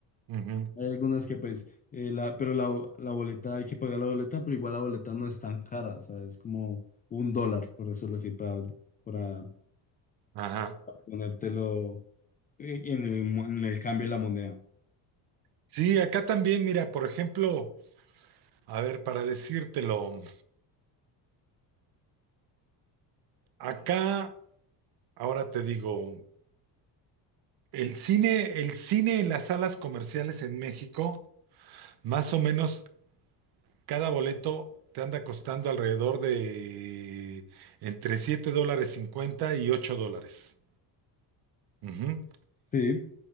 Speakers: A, on the right; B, on the left.
A: Ujú,
B: Hay algunas que pues, eh, la, pero la, la boleta, hay que pagar la boleta, pero igual la boleta no es tan cara, o sea, es como un dólar, por decirlo así, para, para
A: Ajá.
B: ponértelo eh, en el, mo- en el cambio de la moneda.
A: Sí, acá también, mira, por ejemplo, a ver, para decírtelo. Acá, ahora te digo, el cine, el cine en las salas comerciales en México, más o menos cada boleto te anda costando alrededor de entre 7 dólares 50 y 8 dólares. Ujú.
B: Sí,